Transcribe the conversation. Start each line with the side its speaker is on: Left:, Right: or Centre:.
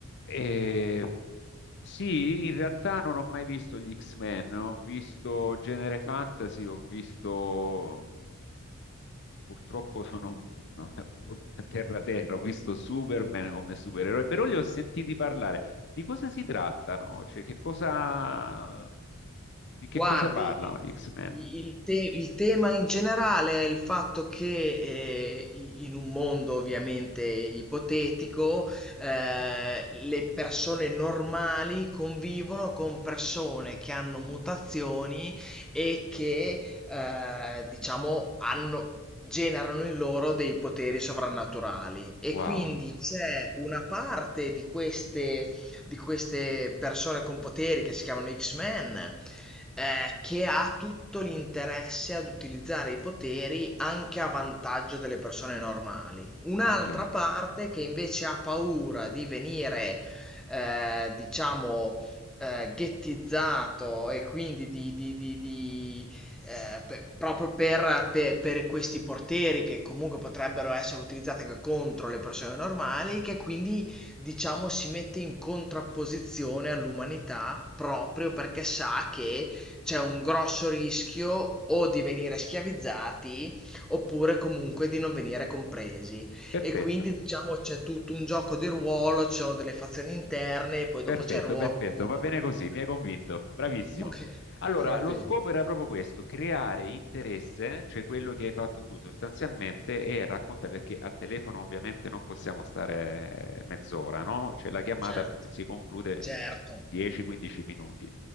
Left: E- sì, in realtà non ho mai visto gli X-Men, ho visto genere fantasy, ho visto... mm, Purtroppo sono <laughs> a terra terra, ho visto Superman come supereroe, però li ho sentiti parlare. Di cosa si trattano? Cioè, che cosa... Di che
Centre: Guardi,
Left: cosa parlano
Centre: il,
Left: gli X-Men?
Centre: il te- il tema in generale è il fatto che eh, i- in un mondo ovviamente ipotetico eh, le persone normali convivono con persone che hanno mutazioni e che eh, diciamo hanno, generano in loro dei poteri sovrannaturali e
Left: Wow,
Centre: quindi c'è una parte di queste, di queste persone con poteri che si chiamano X-Men eh, che ha tutto l'interesse ad utilizzare i poteri anche a vantaggio delle persone normali. Un'altra
Left: ok,
Centre: parte che invece ha paura di venire, eh, diciamo, eh, ghettizzato e quindi di, di- di- di, eh, per- proprio per, per- per questi portieri che comunque potrebbero essere utilizzati anche contro le persone normali, che quindi diciamo si mette in contrapposizione all'umanità proprio perché sa che c'è un grosso rischio o di venire schiavizzati oppure comunque di non venire compresi.
Left: perfetto.
Centre: E quindi diciamo c'è tutto un gioco di ruolo, ci sono delle fazioni interne, e poi
Left: Perfetto,
Centre: dopo c'è il ruolo
Left: perfetto,
Centre: comunque
Left: va bene
Centre: degli
Left: così,
Centre: umani.
Left: mi hai convinto, bravissimo.
Centre: Ok,
Left: Allora,
Centre: va
Left: lo
Centre: bene,
Left: scopo era proprio questo, creare interesse, cioè quello che hai fatto tu sostanzialmente, e racconta perché al telefono ovviamente non possiamo stare eh, mezz'ora, no? Cioè la chiamata
Centre: certo,
Left: si conclude
Centre: certo,
Left: in 10-15 minuti.